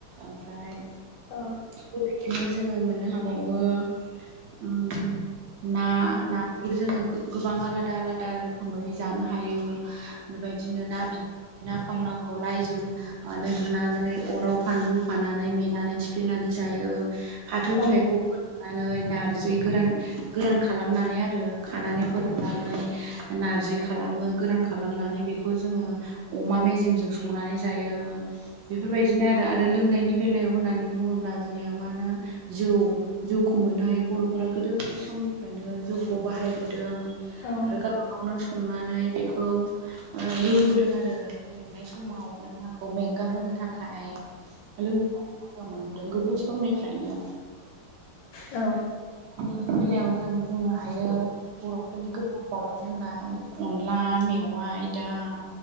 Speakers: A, on the right; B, on the left.
A: ओमफ्राय
B: अ
A: बेबायदिनो जोङो मोननो हाबावो। उम ना नाखौबो जोङो गोबां आलादा आलादा रोखोमै जानो हायो। बेबायदिनो ना बि ना फावनाखौ लाइ जों जा मानै जुनानै अराव फानलु फाननानै मेनानै सिफ्लेनानै जायो। फाथो
B: औ
A: बिलाइखौ फोरान नानै नारजै गोरान गोरान खालामनानै आरो खानानै फोराननानै नारजि खालामो गोरान खालामनानै बेखौ जोङो अमा मेजेमजों संनानै जायो। बेफोरबायदिनो आरो। आरो लोंनायनि बेलायाव होननानै बुङोब्ला जोङो मा होनो। जौ जौखौ मोननो हायो। बर'फोरा गोदो गोदाय समनिफ्रायनो जौखौ बाहायबोदों।
B: औ
A: आरो गावबा गावनो संनानै बेखौ लोंबोदों आरो। मेंनाय समाव देहाखौ मेंगााहोनो थाखाय। आय लोंनायखौ लोगो मोनबोदों गोदो समनिफ्रायनो।
B: औ
A: नि बेलायाव जों बुंनो हायो। बर'फोरनि गोथाव जाग्रा लोंग्रा अनला मेवाइ दाउ।